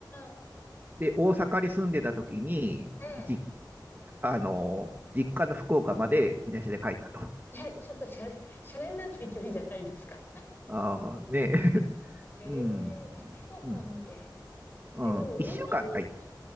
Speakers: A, on the left (about 25°); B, on the right (about 25°).
A: あ
B: で、大阪に住んでた時に、
A: あ、ね
B: 実あの、実家の福岡まで自転車で帰ったと。
A: え。え、ちょっとシャレ、<laughs> シャレになんない距離じゃないですか。
B: あーねえ、<laughs>
A: え
B: うん、
A: え、福岡まで。
B: うん、うん、
A: え、でも海沿いに行けば
B: 一週間帰った。